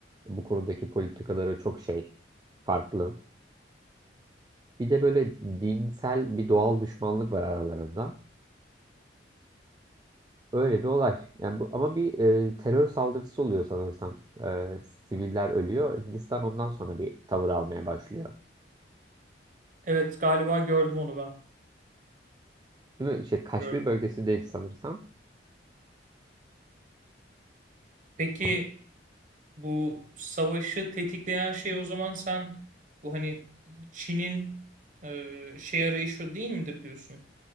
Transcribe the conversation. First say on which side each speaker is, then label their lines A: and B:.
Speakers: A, on the right; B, on the right.
A: bu konudaki politikaları çok şey farklı. Bir de böyle dinsel bir doğal düşmanlık var aralarında. Öyle bir olay. Yani bu, ama bir e, terör saldırısı oluyor sanırsam. E, siviller ölüyor. Hindistan ondan sonra bir tavır almaya başlıyor.
B: Evet galiba gördüm onu ben.
A: Değil mi? İşte Kaşmir
B: Gördüm.
A: bölgesindeydi sanırsam.
B: Peki
A: Ama-
B: bu savaşı tetikleyen şey o zaman sen bu hani Çin'in e, şey arayışı değil midir diyorsun?